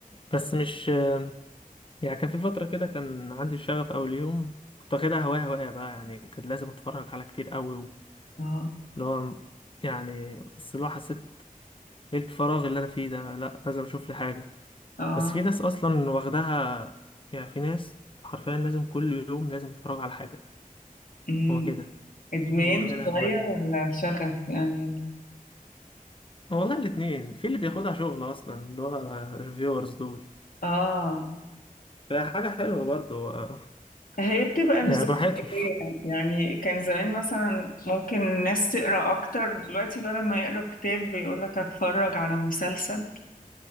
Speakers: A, on the left; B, on the left.
A: بس مش آه، يعني كان في فترة كده كان عندي الشغف أول يوم كنت واخدها هواية هواية بقى يعني كنت لازم أتفرج على كتير قوي و-
B: اه
A: اللي هو يعني بس اللي هو حسيت إيه الفراغ اللي أنا فيه ده لأ لازم أشوف لي حاجة
B: اه
A: بس في ناس أصلا واخداها يعني في ناس حرفيا لازم كل يوم لازم يتفرجوا على حاجة
B: أمم.
A: هو كده
B: ادمان
A: اللي واخدينها
B: شويه
A: هواية
B: ولا شغف يعني ولا
A: والله الاتنين في اللي بياخدها شغل اصلا اللي هو ريفيورز دول
B: اه
A: ده حاجة حلوة برضو آه،
B: هي بتبقى
A: يعني
B: زي
A: براحتهم
B: قراية. يعني كان زمان مثلا ممكن الناس تقرا اكتر دلوقتي بدل ما يقرا كتاب بيقولك اتفرج على مسلسل